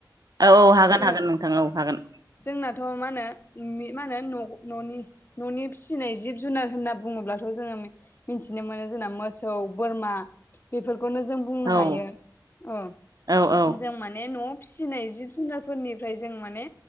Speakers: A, on the right; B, on the left.
A: औ औ हागोन
B: जों
A: हागोन नोंथां औ हागोन।
B: जोंनाथ' मा होनो मा होनो न न'नि न'नि फिसिनाय जिब जुनार होनना बुङोब्लाथ' जोङो मिथिनो मोनो जोंना मोसौ बोरमा बेफोरखौनो जों बुंनो
A: औ
B: हायो औ
A: औ औ।
B: जों माने न'आव फिसिनाय जिब जुनारफोरनिफ्राय जों माने